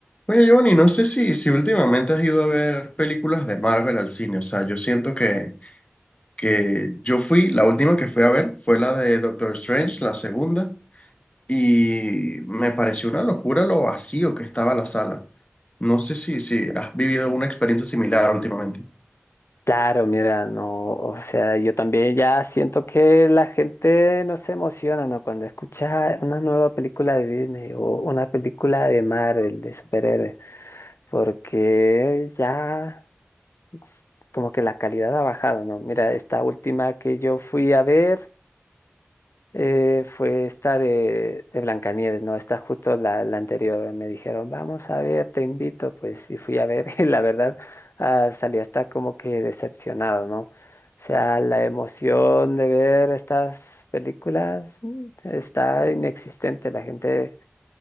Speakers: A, on the left; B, on the left.
A: Oye, Giovanni, no sé si, si últimamente has ido a ver películas de Marvel al cine. O sea, yo siento que, que yo fui, la última que fui a ver fue la de Doctor Strange, la segunda, y me pareció una locura lo vacío que estaba la sala. No sé si, si has vivido una experiencia similar últimamente.
B: Claro, mira, no, o sea, yo también ya siento que la gente no se emociona, ¿no? Cuando escucha una nueva película de Disney o una película de Marvel, de superhéroes, porque ya s- como que la calidad ha bajado, ¿no? Mira, esta última que yo fui a ver. Eh, fue esta de, de Blancanieves, ¿no? Esta justo la, la anterior. Me dijeron, vamos a ver, te invito. Pues y fui a ver <laughs> y la verdad ah, salí hasta como que decepcionado, ¿no? O sea, la emoción de ver estas películas mm, está inexistente. La gente,